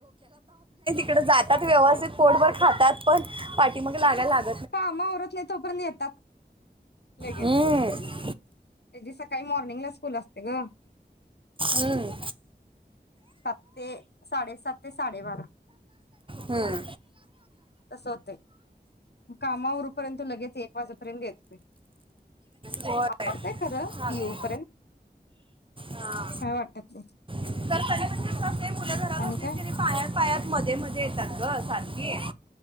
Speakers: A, on the right; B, on the left.
A: तीकडे जातात व्यवस्थित
B: हो
A: पोटभर खातात पण ती मग लागय लाग
B: काम आवरत नाही तोपर्यंत येतात. लगेच
A: हम्म.
B: त्याची सकाळी मॉर्निंगला स्कूल असते ग.
A: हम्म.
B: सात ते साडेसात ते साडेबारा
A: हम्म.
B: तस होतय काम आवरूपर्यंत लगेच एक वाजेपर्यंत येतोय
A: होय
B: आवरतय
A: चालतंय.
B: खरं ती येऊपर्यंत
A: हा.
B: काय वाटतात नाही.
A: तर तरी पण कसं असते मुलं घरात
B: आणि
A: असली
B: काय?
A: तरी पायात पायात मध्ये मध्ये येतात ग सारखे